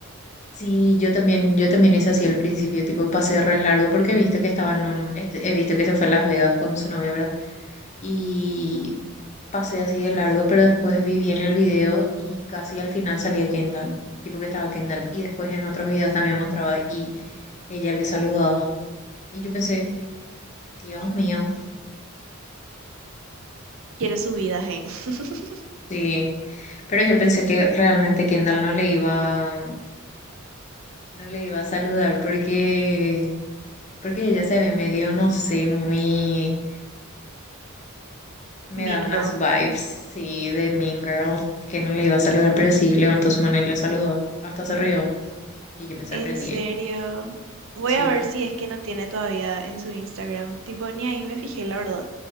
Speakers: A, on the left; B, on the right.
A: Sí, yo también, yo también hice así al principio, tipo pasé re largo porque he visto que estaban en un, este, he visto que se fue a Las Vegas con su novia, ¿verdad? Y
B: Ujú.
A: pasé así de largo, pero después vi bien el video y casi al final salía Kendall, tipo que estaba Kendall. Y después en otros videos también mostraba y ella le saludaba. Y yo pensé, Dios mío,
B: Quiero su vida, hey. <laughs>
A: sí. Pero yo pensé que realmente Kendall no le iba, no le iba a saludar porque, porque ella se ve medio, no sé, muy, me
B: Mean
A: da unas
B: Girl.
A: vibes, sí, de Mean Girl, que no le iba a saludar, pero sí levantó su mano y le saludó, hasta se rió. Y yo me sorprendí
B: En serio.
A: ahí.
B: Voy
A: Sí,
B: a ver si es que no tiene todavía en su Instagram. Tipo, ni ahí me fijé, la verdad.